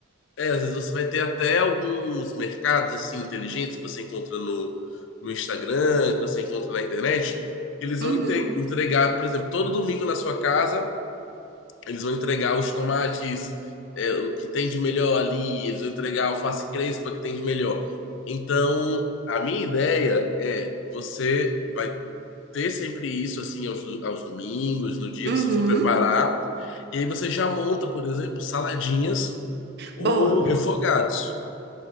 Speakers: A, on the left; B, on the right.
A: é, às vezes você vai ter até alguns mercados assim inteligentes que você encontra no, no Instagram, que você encontra na internet, que eles vão
B: uhum,
A: inte- entregar, por exemplo, todo domingo na sua casa, eles vão entregar os tomates, é, o que tem de melhor ali, eles vão entregar a alface crespa que tem de melhor. Então, a minha ideia é você vai ter sempre isso assim aos, do- aos domingos, no dia
B: uhum.
A: que você for preparar. E aí você já monta, por exemplo, saladinhas ou
B: Boa.
A: refogados.